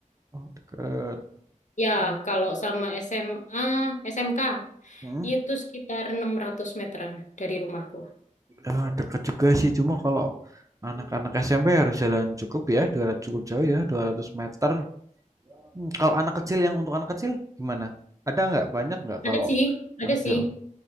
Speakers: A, on the right; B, on the left.
A: Oh, deket.
B: Ya, kalau sama SMA, SMK
A: Hmm.
B: itu sekitar 600 meteran dari rumahku.
A: Ah, dekat juga sih, cuma kalau anak-anak SMP harus jalan cukup ya, 200 cukup jauh ya, 200 meter. Hmm, kalau anak kecil yang untuk anak kecil gimana? Ada nggak? Banyak nggak
B: Ada
A: kalau
B: sih,
A: anak
B: ada
A: kecil?
B: sih.